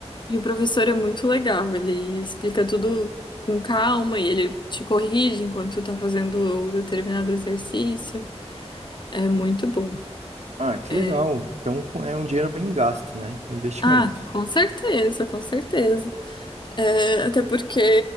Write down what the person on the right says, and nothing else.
Ah, que
legal. Então com- é um dinheiro bem gasto, né? É Um investimento.